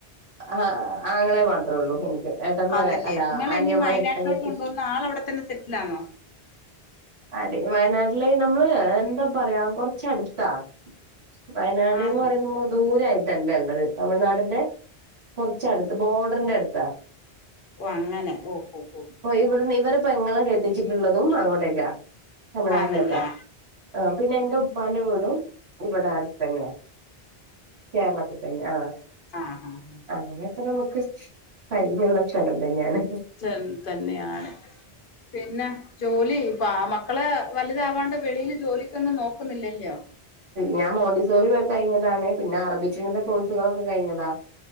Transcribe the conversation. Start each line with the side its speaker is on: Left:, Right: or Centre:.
Right: ആഹ് ആങ്ങള മാത്രേ ഒള്ളൂ ഏട്ടന്മാരാ
Left: ആന്നല്ലേ
Right: അല്ലാ
Left: നിങ്ങള്
Right: അനിയമ്മാര്,
Left: ഇനി വയനാട്ടിലോട്ട്
Right: അനിയത്തി
Left: കൊണ്ടുവന്ന ആള് അവിടെ തന്നെ സെറ്റിൽ ആണോ
Right: അതെ വയനാട്ടില് നമ്മള് എന്താ പറയാ കൊർച്ചട്ത്താ വയനാട്ന്ന്
Left: ആണോ
Right: പറയുമ്പോ ദൂരെ ആയിട്ടല്ല ഇള്ളത് തമിഴ്നാടിന്റെ കൊർച്ചടുത്ത് ബോഡ്ർന്റെ അടുത്താ
Left: ഓഹ് അങ്ങനെ ഓഹ് ഓഹ് ഓഹ്
Right: ഓഹ് ഇവിടുന്ന് ഇവരെ പെങ്ങളെ കെട്ടിച്ചിട്ടുള്ളതും അങ്ങോട്ടേക്കാ തമിഴ്നാട്ടിലോട്ട
Left: ആന്നല്ലിയോ
Right: ആഹ് പിന്നെ ഇന്റെ ഉപ്പാന്റെ വീടും ഇവടെ അടുത്തന്നെ കേരളത്തിൽ തന്നെ ആഹ്
Left: ആഹ് ആഹ്
Right: അതിലൊക്കെ നമുക്ക് പരിജയള്ള സ്ഥലം തന്നെണ്
Left: ച്ചം തന്നെയാണ് പിന്നെ ജോലി ഇപ്പ മക്കള് വലുതാവാണ്ട് വെളിയില് ജോലിക്കൊന്നും നോക്കുന്നില്ലല്ലയോ
Right: ഞാൻ മോണ്ടിസോറി കഴിഞ്ഞതാണ് പിന്നെ അറബിച്ചിന്റെ കോഴ്സുകളൊക്കെ കഴിഞ്ഞതാ